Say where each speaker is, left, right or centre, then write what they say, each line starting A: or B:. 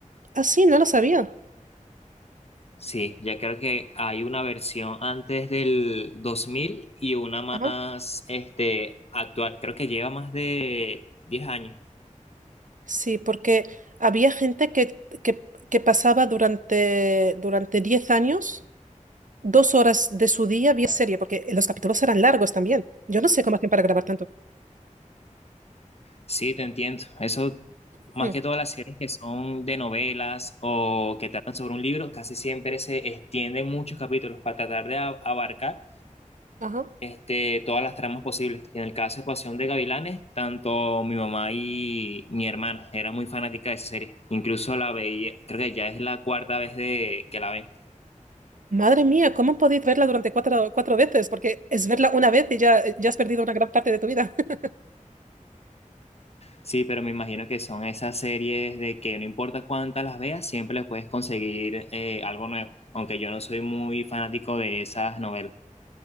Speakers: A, on the right; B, on the left.
A: Ah, sí, no lo sabía.
B: Sí, ya creo que hay una versión antes del 2000 y una más
A: Ajá.
B: este, actual. Creo que lleva más de 10 años.
A: Sí, porque había gente que, que, que pasaba durante, durante 10 años. dos horas de su día vía serie, porque los capítulos eran largos también. Yo no sé cómo hacían para grabar tanto.
B: Sí, te entiendo. Eso, más
A: Mm,
B: que todas las series que son de novelas o que tratan sobre un libro, casi siempre se extienden muchos capítulos para tratar de a- abarcar
A: Ajá.
B: este, todas las tramas posibles. Y en el caso de Pasión de Gavilanes, tanto mi mamá y mi hermana eran muy fanáticas de esa serie. Incluso la veía, creo que ya es la cuarta vez de, que la ven.
A: Madre mía, ¿cómo podéis verla durante cuatro, cuatro veces? Porque es verla una vez y ya, ya has perdido una gran parte de tu vida. <laughs>
B: Sí, pero me imagino que son esas series de que no importa cuántas las veas, siempre le puedes conseguir eh, algo nuevo, aunque yo no soy muy fanático de esas novelas.